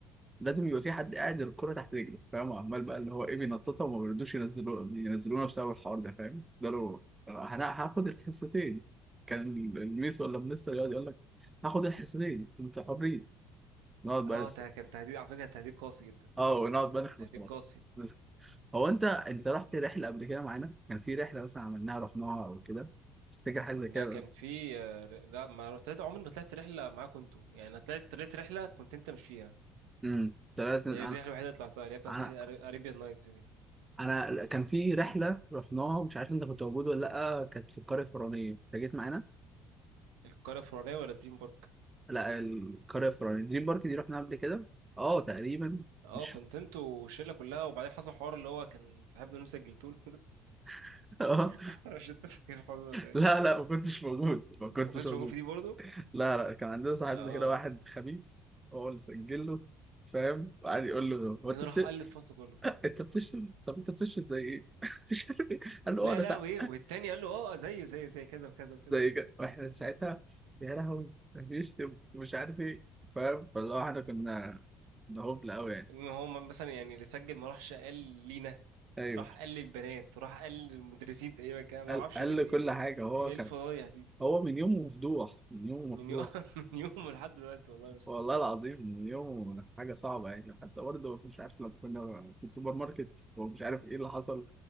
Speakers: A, on the right (about 20°); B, on the right (about 80°).
A: لازم يبقى في حد قاعد الكرة تحت رجله فاهم عمال بقى اللي هو ايه بينططها وما بيردوش ينزلوا ينزلونا بسبب الحوار ده فاهم يفضلوا انا هاخد الحصتين كان الميس ولا المستر يقعد يقول لك هاخد الحصتين انتوا حرين نقعد بقى
B: آه،
A: لسه
B: ده كان تهديد على فكره تهديد قاسي جدا
A: اه ونقعد بقى نخلص
B: تهديد
A: خلاص
B: قاسي
A: نسكت. هو انت انت رحت رحلة قبل كده معانا كان في رحلة مثلا عملناها رحناها او كده تفتكر حاجة زي
B: لا
A: كده
B: كان في آه، ر- لا ما طلعت عمري ما طلعت رحله معاكم انتوا يعني انا طلعت طلعت رحله كنت انت مش فيها
A: امم ثلاثة
B: هي
A: انا
B: دي الرحله الوحيده اللي طلعتها اللي هي بتاعت
A: انا
B: اريبيان نايتس دي
A: انا كان في رحلة رحناها مش عارف انت كنت موجود ولا لا كانت في القرية الفرعونية انت جيت معانا
B: القريه الفرعونيه ولا دريم بارك
A: لا القرية الفرعونية دريم بارك دي رحنا قبل كده اه تقريبا
B: اه
A: مش
B: كنت انتوا والشله كلها وبعدين حصل حوار اللي هو كان صاحبنا اللي انتوا سجلتوه
A: <laughs> اه
B: <laughs> مش انت فاكر الحوار ده ولا
A: لا
B: ايه
A: لا ما كنتش موجود ما كنتش
B: انت ما كنتش
A: موجود
B: موجود في دي برضه
A: لا لا كان عندنا صاحبنا
B: اه
A: كده واحد خبيث هو اللي سجل له فاهم وقعد يقول له
B: جنو
A: هو انت بت...
B: راح قال الفصل كله
A: <laughs> انت بتشرب طب انت بتشرب زي ايه <laughs> مش عارف ايه قال له
B: لا
A: اه انا
B: لا
A: ساعات
B: وايه والتاني قال له اه زيه زيه زي كذا وكذا وكذا
A: زي كده واحنا ساعتها يا لهوي ده بيشتم ومش عارف ايه فاهم فاللي هو احنا كنا كنا هبل قوي يعني
B: إن هو مثلا يعني اللي سجل ما راحش قال لينا
A: ايوه
B: راح قال للبنات وراح قال للمدرسين تقريبا كده ما
A: قال
B: اعرفش
A: قال
B: ايه
A: له كل
B: ايه
A: حاجه هو
B: إيه
A: كان
B: الفضايح دي
A: هو من يومه مفضوح من يومه
B: من
A: مفضوح
B: يوم <laughs> من يوم لحد دلوقتي والله بس
A: والله العظيم من يومه حاجة صعبة يعني حتى برضه مش عارف لما كنا في السوبر ماركت ومش عارف ايه اللي حصل